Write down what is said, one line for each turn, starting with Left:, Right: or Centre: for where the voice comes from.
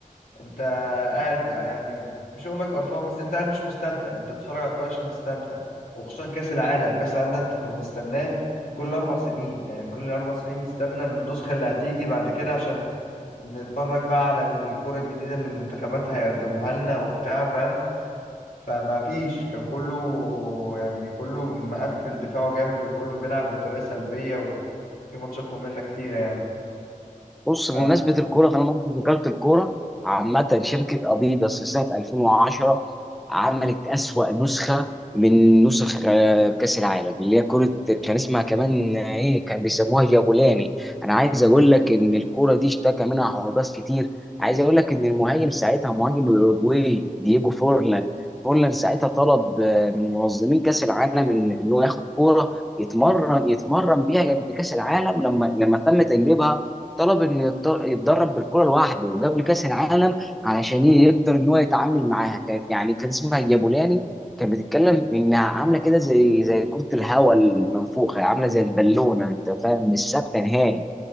Left: أنت قاعد يعني مش هقول لك قرفان بس أنت قاعد مش مستمتع أنت بتتفرج على الكورة عشان تستمتع وخصوصا كأس العالم كأس العالم ده أنت إحنا بنستناه كل أربع سنين يعني كل أربع سنين نستنى النسخة اللي هتيجي بعد كده عشان نتفرج بقى على الكرة الجديدة اللي المنتخبات هيقدموها لنا وبتاع فاهم فما فيش كان كله يعني كله مقفل دفاعه جامد وكله بيلعب بطريقة سلبية وفي ماتشات مملة كتيرة يعني
Centre: بص
Left: ف-
Centre: بمناسبة الكورة طالما انت ذكرت الكورة عامة شركة اديداس في سنة 2010 عملت أسوأ نسخة من نسخ آه، كأس العالم اللي هي كرة كان اسمها كمان آه، ايه كان بيسموها جابولاني انا عايز اقول لك ان الكرة دي اشتكى منها حراس كتير عايز اقول لك ان المهاجم ساعتها مهاجم الاوروجواي دييجو فورلان فورلان ساعتها طلب آه، من منظمين كأس العالم ان إن هو ياخد كورة يتمرن يتمرن بيها قبل كأس العالم لما لما تم تجربها طلب انه يت- يتدرب بالكره لوحده وقبل كاس العالم علشان يقدر ان هو يتعامل معاها كانت يعني كان اسمها جابولاني كانت بتتكلم انها عامله كده زي زي كره الهواء المنفوخه عامله زي البالونه انت فاهم مش ثابته نهائي